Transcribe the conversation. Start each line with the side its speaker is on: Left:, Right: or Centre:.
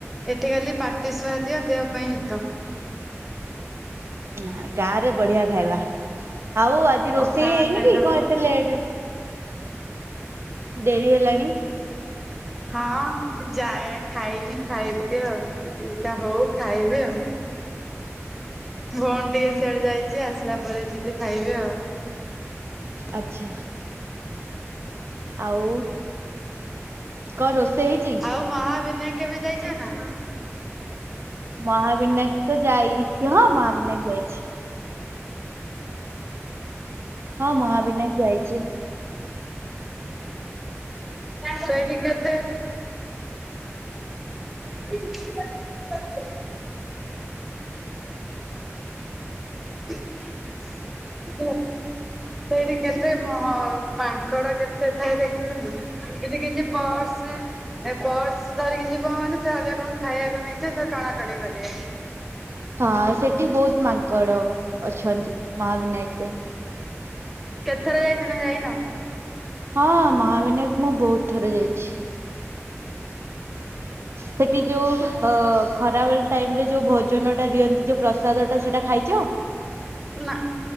Centre: ଏଠି ଖାଲି ପାଟି ସୁଆଦିଅ ଦେହ ପାଇଁ ହିତ।
Right: ନା ଗାଁ ରେ ବଢିଆ ଖାଇବା, ଆଉ ଆଜି ରୋଷେଇ
Centre: ପଖାଳ
Right: ହେଇନି
Centre: ଖାଇଦବ
Right: କି କଁ ଏତେ ଲେଟ ଡେରି ହେଲାଣି।
Centre: ହଁ। ଯାଏ ଖାଇନି ଖାଇବି ଆଉ ଈଟିଲି ଟା ହଉ ଖାଇବି ଆଉ। ଭଉଣୀ ଟିକେ ସିଆଡେ ଯାଇଚି ଆସିଲା ପରେ ଯିବି ଖାଇବି ଆଉ।
Right: ଆଚ୍ଛା। ଆଉ। କ ରୋଷେଇ ହେଇଚି?
Centre: ଆଉ ମହାବନାୟ କେବେ ଯାଇଚ ନା?
Right: ମହାବିନାୟକ ତ ଯାଇଚି ହଁ ମହାବିନାୟକ ଯାଇଛି। ହଁ ମହାବିନାୟକ ଯାଇଚି।
Centre: ସେଇଟି କେତେ <unintelligible> <unintelligible> ସେଇଠି କେତେ ମ ହ ମାଙ୍କଡ କେତେ ଥାଏ ଦେଖିଚ ନା। ଏଥି କିଛି ପର୍ସ ଏ ପର୍ସ ଧରିକି ଯିବ ମାନେ, ସେ ଭାବିବେ କଁ ଖାଇବାକୁ ନେଇଚ ସେ ଟଣାଟଣି କରିବେ।
Right: ହଁ ସେଟି ବହୁତ ମାଙ୍କଡ ଅଛନ୍ତି ମହାବିନାୟକ ରେ।
Centre: କେତେଥର ଯାଇଚ ନା ଯାଇନ?
Right: ହଁ ମହାବିନାୟକ ମୁଁ ବହୁତ ଥର ଯାଇଚି। ସେଟି ଯୋଉ ଅ ଖରା ବେଳ ଟାଇମ ରେ ଯୋଉ ଭୋଜନ ଟା ଦିଅନ୍ତି ଯୋଉ ପ୍ରସାଦ ଟା ସେଟା ଖାଇଚ?
Centre: ନା,